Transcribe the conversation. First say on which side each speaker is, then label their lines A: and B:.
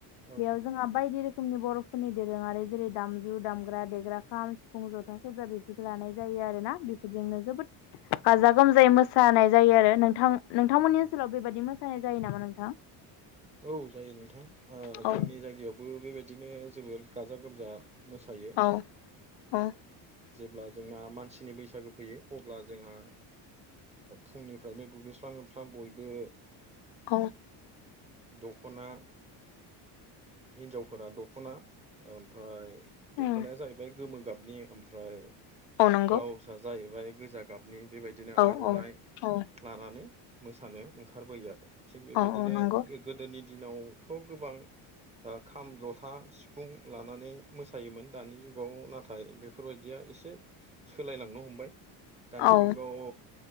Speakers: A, on the right (about 15°); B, on the left (about 60°).
A: औ
B: । बेयाव
A: औ
B: जोंहा बायदि रोखोमनि बर' फोरनि दोरोङारि जेरै दामजु दामग्रा देग्रा खाम सिफुं जथा सेरजा बेफोरखौ लानाय जायो आरो ना । बेफोरजोंनो जोबोद गाजा गोमजायै मोसानाय जायो आरो नोंथां नोंथांमोननि ओनसोलाव बेबायदि मोसानाय जायो नामा नोंथां
A: औ जायो नोंथां
B: औ
A: जोंनि जायगायावबो बेबायदि बिदिनो जोबोर गाजा गोमजा मोसायो
B: औ औ
A: जेब्ला जोंहा मानसिनि बैसागो फैयो अब्ला जोंहा फुंनिफ्रायनो दुगैस्लां लोबस्लां बयबो
B: औ
A: दख'ना हिन्जावफोरा दख'ना ओमफ्राय
B: उम
A: दखनाया जाहैबाय गोमो गाबनि ओमफ्राय
B: औ नंगौ
A: ब्लाउसआ जाहैबाय गोजा गाब नि बेबायदिनो
B: औ
A: आर'नाइ
B: औ औ
A: लानानै मोसानो ओंखारबोयो आरो थिग बेबायदिनो
B: औ औ नंगौ
A: गोदोनि दिनावथ' गोबां खाम जथा सिफुं लानानै मोसायोमोन दानि जुगाव नाथाय बेफोरबायदिया एसे सोलायलांनो हमबाय दानि
B: औ
A: जुगाव